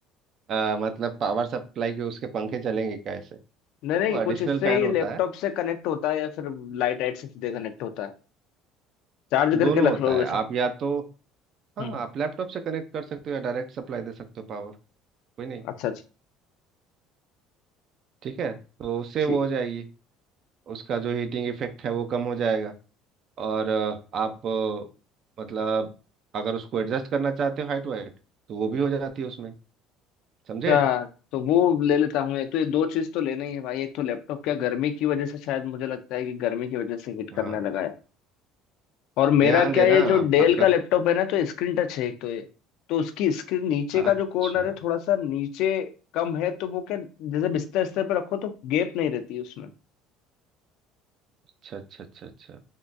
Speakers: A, on the right (about 50°); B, on the left (about 70°).
A: आ, मतलब पावर सप्लाई के उसके पंखे चलेंगे कैसे
B: नहीं नहीं
A: वो
B: कुछ
A: एडिशनल
B: इससे
A: फैन
B: ही
A: होता
B: लैपटॉप
A: है
B: से कनेक्ट होता है या फिर लाइट लाइट से सीधे कनेक्ट होता है चार्ज करके
A: दोनों
B: रख
A: होता
B: लो
A: है
B: वैसे
A: आप या तो हाँ
B: हम्म
A: आप लैपटॉप से कनेक्ट कर सकते हो या डायरेक्ट सप्लाई दे सकते हो पावर कोई नहीं
B: अच्छा अच्छा
A: ठीक है तो उससे
B: ठीक
A: वो हो जाएगी उसका जो हीटिंग इफेक्ट है वो कम हो जाएगा और अ, आप अ, मतलब अगर उसको एडजस्ट करना चाहते हो हाइट वाइट तो वो भी हो जाती है उसमें समझे
B: अच्छा तो वो ले लेता हूँ एक तो ये दो चीज तो लेना ही है भाई एक तो लैपटॉप क्या गर्मी की वजह से शायद मुझे लगता है कि गर्मी की वजह से हीट
A: हाँ
B: करने लगा है और मेरा
A: ध्यान
B: क्या
A: देना
B: ये जो
A: आप-
B: डेल
A: आपका
B: का लैपटॉप है ना तो स्क्रीन टच है एक तो ये तो उसकी स्क्रीन नीचे
A: अच्छा
B: का
A: अच्छा
B: जो कॉर्नर है थोड़ा सा नीचे कम है तो वो क्या जैसे बिस्तर बिस्तर पे रखो तो गैप नहीं रहती उसमें
A: अच्छा अच्छा अच्छा